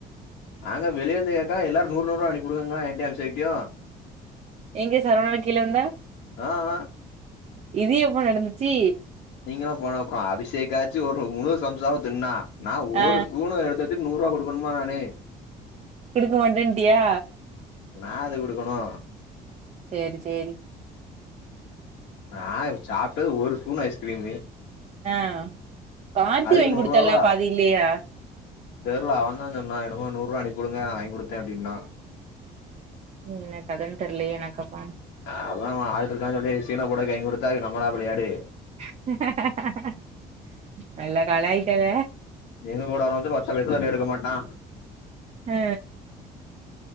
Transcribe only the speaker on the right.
எங்க சரவணா கீழ விழ்ந்த
இது எப்ப நடந்துச்சு
ஆ
குடுக்க மாட்டேன்ட்டியா
சேரி சேரி
ஆ கார்த்தி
வாங்கி
குடுத்தல்லா அப்போ அது இல்லையா
என்ன கதன் தெர்லயே எனக்கப்போ
ஹ நல்லா கலாய்க்காத
ஆ